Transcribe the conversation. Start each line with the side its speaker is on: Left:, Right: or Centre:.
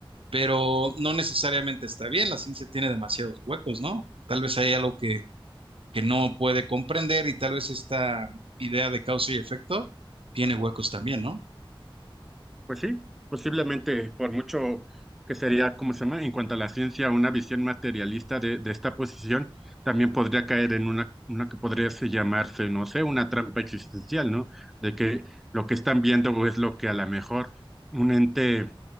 Right: Pero no necesariamente está bien, la ciencia tiene demasiados huecos, ¿no? Tal vez hay algo que que no puede comprender y tal vez esta idea de causa y efecto tiene huecos también, ¿no?
Centre: Pues sí, posiblemente, por mucho que sería, ¿cómo se llama? En cuanto a la ciencia, una visión materialista de, de esta posición, también podría caer en una, una que podría se llamarse, no sé, una trampa existencial, ¿no? De que lo que están viendo es lo que a lo mejor un ente